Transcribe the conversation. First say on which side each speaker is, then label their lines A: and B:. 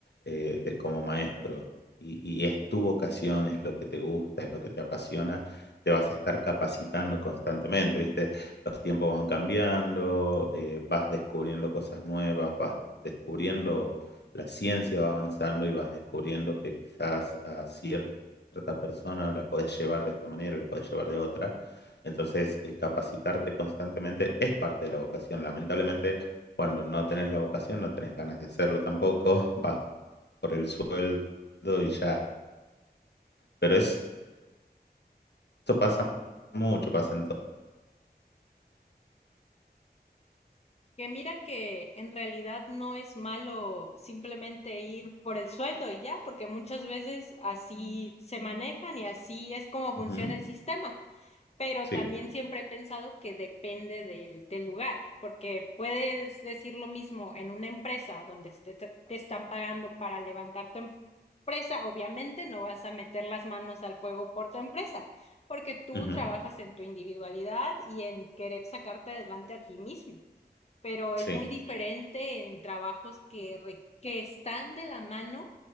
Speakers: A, on the left (about 80°); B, on the left (about 40°).
A: eh, de, como maestro, y, y es tu vocación, es lo que te gusta, es lo que te apasiona, te vas a estar capacitando constantemente, ¿viste? Los tiempos van cambiando, eh, vas descubriendo cosas nuevas, vas descubriendo, la ciencia va avanzando y vas descubriendo que quizás a cierta persona la podés llevar de esta manera, la podés llevar de otra entonces, eh, capacitarte constantemente es parte de la vocación. Lamentablemente, cuando no tenés la vocación, no tenés ganas de hacerlo tampoco, vas por el sueldo y ya. Pero es- eso pasa mucho, pasa en todo.
B: Que mira que en realidad no es malo simplemente ir por el sueldo y ya, porque muchas veces así se manejan y así es como funciona
A: Ujú,
B: el sistema. pero
A: Sí,
B: también siempre he pensado que depende del, del lugar, porque puedes decir lo mismo en una empresa donde este, te, te están pagando para levantar tu empresa, obviamente no vas a meter las manos al fuego por tu empresa, porque tú
A: ujú,
B: trabajas en tu individualidad y en querer sacarte adelante a ti mismo, pero
A: sí,
B: es muy diferente en trabajos que, re- que están de la mano